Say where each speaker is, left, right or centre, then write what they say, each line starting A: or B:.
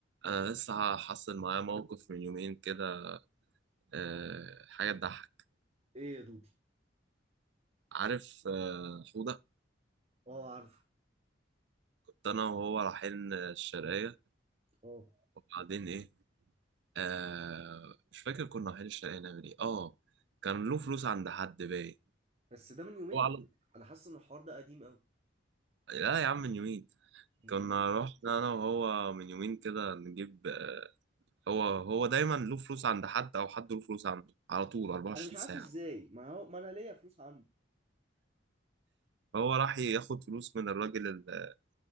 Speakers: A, on the right (about 60°); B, on the right (about 35°).
A: أنا لسه حصل معايا موقف من يومين كده أه حاجة تضحك
B: ايه يا دودي
A: عارف أه حودة
B: اه عارفه
A: كنت أنا وهو رايحين الشرقية
B: اه
A: وبعدين إيه أه مش فاكر كنا رايحين الشرقية نعمل إيه آه كان له فلوس عند حد باين
B: بس ده من يومين
A: هو على
B: انا حاسس ان الحوار ده قديم قوي
A: لا يا عم من يومين
B: من
A: كنا
B: يومين
A: رحنا أنا وهو من يومين كده نجيب آه، هو هو دايما له فلوس عند حد أو حد له فلوس عنده على طول 24
B: انا مش عارف
A: ساعة
B: ازاي ما هو ما انا ليا فلوس عنده
A: فهو راح ياخد فلوس من الراجل ال-